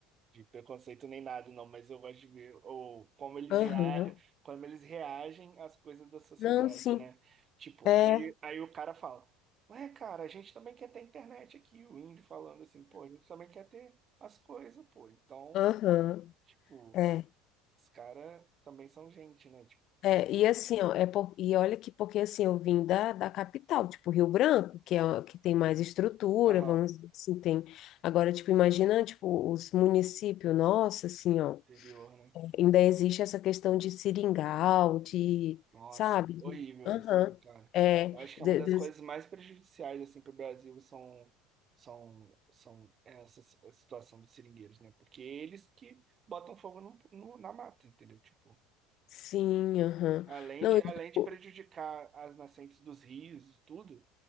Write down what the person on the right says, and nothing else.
de preconceito nem nada, não, mas eu gosto de ver ou, como eles,
rea, como eles reagem às coisas da sociedade,
né? Tipo,
aí, aí o cara fala, ué, cara, a gente também quer ter internet aqui, o índio falando assim, pô, a gente também quer ter as coisas, pô. Então,
tipo,
os caras também são gente, né? Tipo,
aham,
interior, né?
Nossa,
horrível
isso, né, cara?
Eu acho que
é uma das
coisas mais prejudiciais assim para o Brasil são são são essa si- a situação dos seringueiros, né? Porque eles que botam fogo no, no- na mata, entendeu? Tipo,
além
de
além
de prejudicar as nascentes dos rios, e tudo,